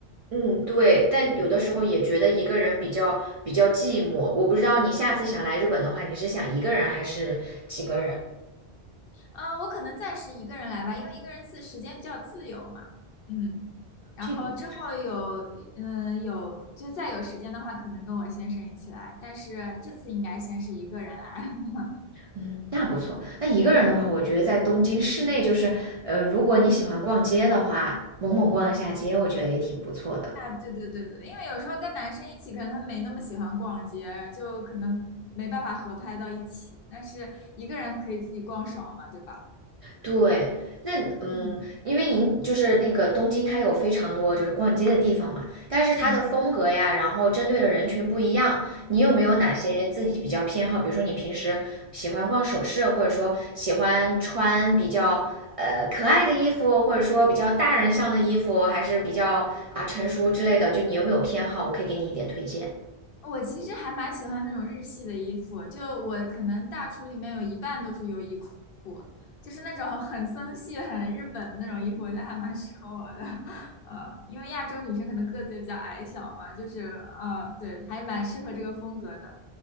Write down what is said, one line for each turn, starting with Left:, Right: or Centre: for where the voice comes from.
Right: 嗯，对，但有的时候也觉得一个人比较比较寂寞。我不知道你下次想来日本的话，你是想一个人还是几个人？
Left: 嗯，我可能暂时一个人来吧，因为一个人自时间比较自由嘛。嗯。然后之后有，
Right: 这个地方
Left: 嗯、有就再有时间的话，可能跟我先生一起来，但是这次应该先是一个人来。<laughs>
Right: 嗯，那不错。那一个人的话，我觉得在东京市内，就是呃，如果你喜欢逛街的话，猛猛逛一下街，我觉得也挺不错的。
Left: 啊，对对对对，因为有时候跟男生一起，可能他们没那么喜欢逛街，就可能没办法合拍到一起，但是一个人可以自己逛爽嘛，对吧？
Right: 对，那嗯，
Left: 嗯
Right: 因为银就是那个东京，它有非常多就是逛街的地方嘛，但是它的风格呀，
Left: 嗯嗯。
Right: 然后针对的人群不一样。你有没有哪些自己比较偏好？比如说你平时喜欢逛首饰，或者说喜欢穿比较呃可爱的衣服，或者说比较大人向的衣服，还是比较啊成熟之类的？就你有没有偏好？我可以给你一点推荐。
Left: 我其实还蛮喜欢那种日系的衣服，就我可能大橱里面有一半都是优衣库，就是那种很森系、很日本的那种衣服，我觉得还蛮适合我的。<laughs> 呃，因为亚洲女生可能个子也比较矮小嘛，就是嗯呃对，还蛮适合这个风格的。